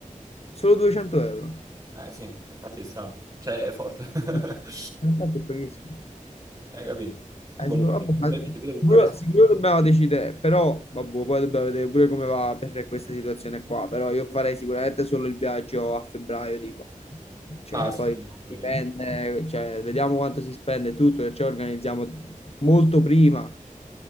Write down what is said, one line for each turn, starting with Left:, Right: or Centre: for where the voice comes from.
Left: Solo 200 euro.
Right: Eh sì, infatti è strano. Cioè è forte.
Left: Sì.
Right: <laughs>
Left: Eh, Infatti è pochissimo.
Right: Hai capito? Ah,
Left: Eh,
Right: boh,
Left: sicuro, vabbè, ma
Right: ma-
Left: sicuro- sicuro dobbiamo decidere, però vabbè, poi dobbiamo vedere pure come va per questa situazione qua. Però io farei sicuramente solo il viaggio a febbraio, tipo. Cioè,
Right: Ah, sì,
Left: poi
Right: sì, no, pure
Left: dipende,
Right: io.
Left: cioè, vediamo quanto si spende tutto, e ci organizziamo molto prima.